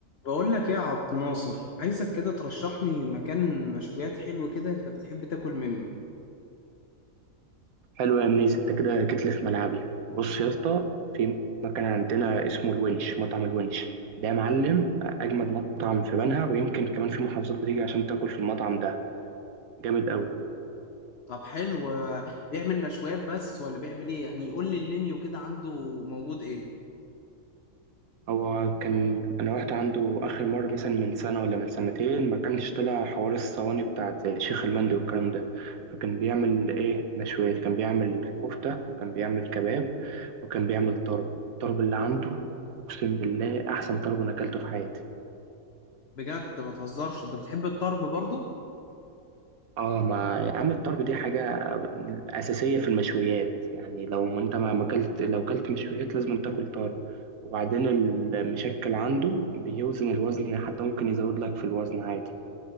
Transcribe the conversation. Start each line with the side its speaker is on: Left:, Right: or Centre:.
Left: بقول لك ايه يا عبد الناصر عايزك كده ترشح لي مكان مشويات حلو كده انت بتحب تاكل منه
Right: حلو يا منيس انت كده جيت لي في ملعبي بص يا اسطى في مكان عندنا اسمه الونش مطعم الونش ده يا معلم اجمد مطعم في بنها ويمكن كمان في محافظات بتيجي عشان تاكل في المطعم ده جامد قوي
Left: طب حلو آه، بيعمل مشويات بس ولا بيعمل ايه يعني قول لي المنيو كده عنده موجود ايه
Right: هو كان انا رحت عنده اخر مره مثلا من سنه ولا من سنتين ما كانش طلع حوار الصواني بتاعت زي شيخ المندي والكلام ده فكان بيعمل ايه مشويات كان بيعمل كفته وكان بيعمل كباب وكان بيعمل طرب الطرب اللي عنده اقسم بالله احسن طرب انا اكلته في حياتي
Left: بجد ما تهزرش انت بتحب الطرب برضو
Right: اه ما يا عم الطرب دي حاجة أساسية في المشويات يعني لو ما انت ما ما اكلت لو اكلت مشويات لازم تاكل طرب وبعدين المشكل عنده بيوزن الوزن حتى ممكن يزود لك في الوزن عادي